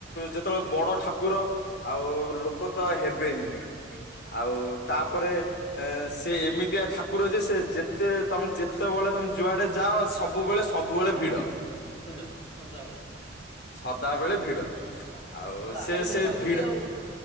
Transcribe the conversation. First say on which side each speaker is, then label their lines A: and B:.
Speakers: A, on the left; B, on the left.
A: ଯେତେବେଳେ ବଡ ଠାକୁର ଆଉ ଲୋକ ତ ହେବେ ହିଁ। ଆଉ ତାପରେ ଏ ସେ ଏମିତିଆ ଠାକୁର ଯେ ସେ ଯେତେ ତମେ ଯେ ଯେତେବେଳେ ତମେ ଯୁଆଡେ ଯାଅ ସବୁବେଳେ ସବୁବେଳେ
B: ହଁ
A: ଭିଡ।
B: ଭିଡ ସଦାବେଳେ
A: ସଦାବେଳେ ଭିଡ ଆଉ
B: ବାହାରୁ
A: ସେ
B: ଲୋକ
A: ସେ
B: ଆଉଛନ୍ତି
A: ଭିଡ
B: ଆଉ